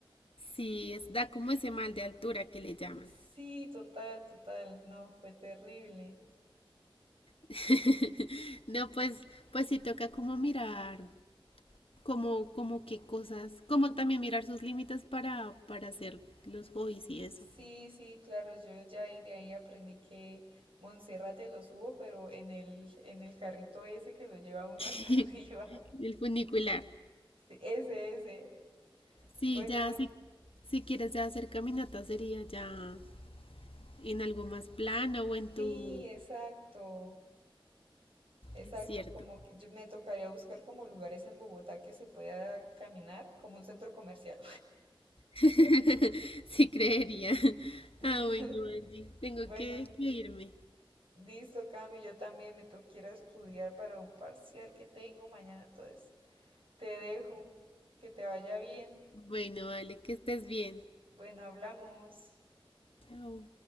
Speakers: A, on the left (about 80°); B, on the right (about 75°).
A: sí, es, da como ese mal de altura que le llaman.
B: Sí, total, total, no, fue terrible.
A: <laughs> No, pues, pues sí toca como mirar, como, como qué cosas, como también mirar sus límites para, para hacer los hobbies y eso.
B: Sí, sí, claro, yo ya de de ahí aprendí que Monserrate lo subo, pero en el, en el carrito ese que lo lleva uno
A: <laughs>
B: hasta <laughs> arriba.
A: El funicular.
B: Sí, ese, ese.
A: Sí,
B: Bueno,
A: ya, si, si quieres ya hacer caminatas sería ya en algo más plano o en
B: sí,
A: tu...
B: exacto, exacto,
A: Es cierto.
B: como que yo me tocaría buscar como lugares en Bogotá que se pueda caminar, como un centro comercial.
A: <laughs> Sí, creería.
B: <laughs>
A: Ah, bueno, Angie, tengo
B: Bueno,
A: que, que irme.
B: listo, Cami, yo también me tengo que ir a estudiar para un parcial que tengo mañana, entonces te dejo, que te vaya bien.
A: Bueno, vale, que estés bien.
B: Bueno, hablamos.
A: Chao.